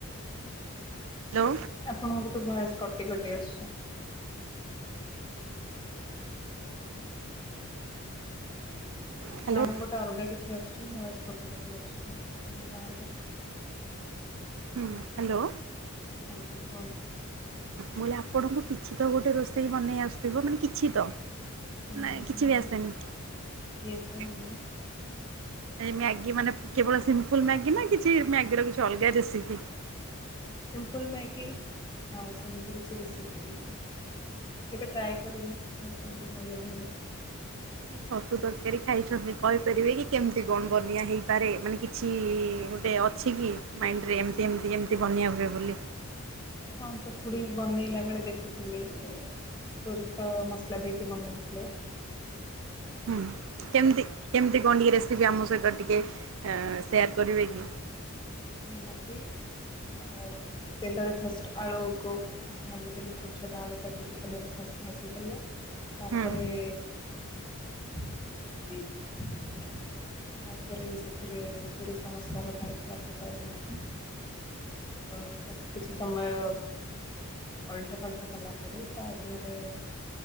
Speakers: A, on the right; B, on the left.
A: ହ୍ୟାଲୋ
B: ଆପଣଙ୍କ ଗୋଟେ ଭଏସ୍ କୋଟି କୋଟି ଆସୁଛି ।
A: ହ୍ୟାଲୋ
B: ସାଉଣ୍ଡ ଗୋଟେ ଅଲଗା କିଛି ଅସୁଛି । ଭଏସ୍ କୋଟି କୋଟି ଆସଛି ଆପଣ ବି ବାହାରକୁ ଆସିବେକି?
A: ହଁ ହ୍ୟାଲୋ
B: ଆଜ୍ଞା କହନ୍ତୁ ।
A: ବଲେ ଆପଣଙ୍କୁ କିଛି ତ ଗୋଟେ ରୋଷେଇ ବନେଇ ଆସୁଥିବ ମାନେ କିଛି ତ?
B: ହୁଁ ମ୍ୟାଗି
A: ନାଇଁ କିଛି ବି ଆସେନି ।
B: ଆସେ ବନେଇ
A: ମ୍ୟାଗି ମାନେ କେବଳ ସିମ୍ପଲ ମ୍ୟାଗି ନା କିଛି ମ୍ୟାଗିର କିଛି ଅଲଗା ରେସିପି? <unintelligible>
B: ସିମ୍ପଲ୍ ମ୍ୟାଗି ହଉ ସେମିତି କିଛି ରେସିପି ହେନି ବେ ଟ୍ରାଇ କରିନି ବସ୍ ସିମ୍ପଲ ମ୍ୟାଗି ବନେଇଛି ।
A: ଆ ଛତୁ ତରକାରୀ ଖାଇଛନ୍ତି କହିପାରିବେ କି? କେମିତି କଣ ବନିଆ ହେଇପାରେ ମାନେ କିଛି ଏ ଅଛି କି? ମାଇଣ୍ଡରେ ଏମିତି ଏମିତି ଏମିତି ବନଆ ହୁଏ ବୋଲି ।
B: ହଁ ତ ଖୁଡି ବନେଇଲା ବେଳେ ଦେଖୁଥିଲି ସୋରିଷ ମସଲା ଦେଇକି ବନଉଥିଲେ ।
A: ହୁଁ କେମତି କେମିତି କଣ ଟିକେ ରେସିପି ଆମ ସହିତ ଟିକେ ସେୟାର କରିବେ କି?
B: ନିହାତି । ତେଲରେ ଫାଷ୍ଟ ଆଳୁକୁ ଭାଜି ଦେେଲେ ଛୋଟ ଛୋଟ ଆଳୁ କାଟିକି ତେଲରେ ଫାଷ୍ଟ ାଜ ଦେଲେ ତାପରେ
A: ହୁଁ
B: <unintelligible> ତାପରେ ସେଥିରେ ସୋରିଷ ମସଲା ବଟା ହେଇଥିଲା ସେଇଟା ଦେଇକି ଅ ତାକୁ କିଛି ସମୟ ଅଲଟପାଲଟ କଲା ପରେରେ ତା ଦେହରେ